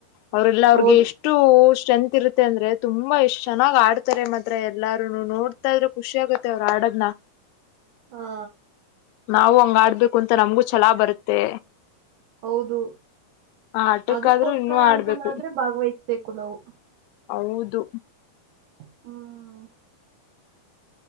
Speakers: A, on the left; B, on the right.
A: ಅವರೆಲ್ಲ ಅವ್ರಿಗೆ
B: ಹೌದು
A: ಎಷ್ಟು ಎಷ್ಟು ಸ್ಟ್ರೆಂತ್ ಇರುತ್ತೆ ಅಂದ್ರೆ ತುಂಬಾ ಎಷ್ಟ್ ಚೆನ್ನಾಗ್ ಆಡ್ತಾರೆ ಮಾತ್ರ ಎಲ್ಲಾರೂನೋ ನೋಡ್ ತ್ತಿದ್ರೆ ಖುಷಿ ಆಗುತ್ತೆ ಅವ್ರ ಆಡದನ
B: ಹಾ
A: ನಾವು ಹಂಗ ಆಡ್ಬೇಕು ಅಂತ ನಮ್ಗೂ ಛಲಾ ಬರತ್ತೆ
B: ಹೌದು
A: ಆಟಕ್ಕಾದ್ರೂ
B: ಅದಕ್ಕೋಸ್ಕರ
A: ಇನ್ನೂ ಆಡ್ಬೇಕು
B: ಅಂತನಾದ್ರೆ ಭಾಗವಹಿಸ್ಬೇಕು ನಾವು
A: ಹೌದು
B: ಹ್ಮ